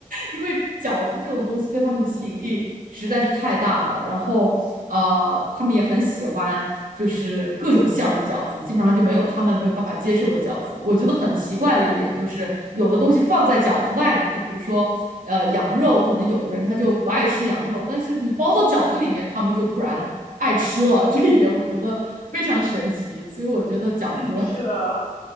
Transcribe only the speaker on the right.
因为饺子这种东西对他们的吸引力实在是太大了。然后，呃，他们也很喜欢，就是各种馅儿的饺子，基本上就没有他们没有办法接受的饺子。我觉得很奇怪的一点就是，有的东西放在饺子外面，就比如说，呃，羊肉，可能有的人他就不爱吃羊肉，但是你包到饺子里面，他们就突然爱吃了。这一点我觉得非常神奇，所以我觉得饺子